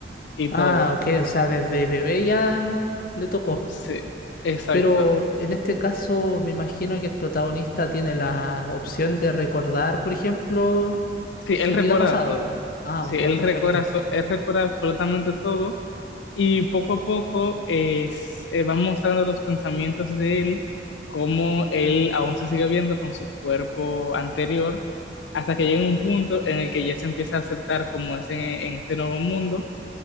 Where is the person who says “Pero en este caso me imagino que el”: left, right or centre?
Left